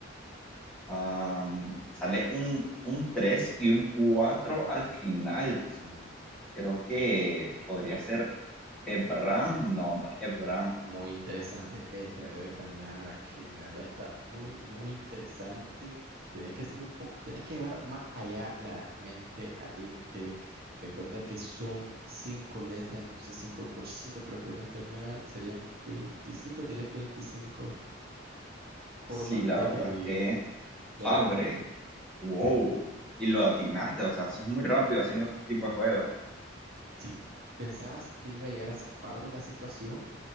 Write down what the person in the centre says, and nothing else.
Am, sale un, un 3 y un 4 al final.
Creo que podría ser Ebram. No, no, Ebram.
Ef-
Sí,
la
verdad
es que
Fabre.
Wow,
y lo atinaste, o sea, sos muy rápido haciendo estos tipos de juegos.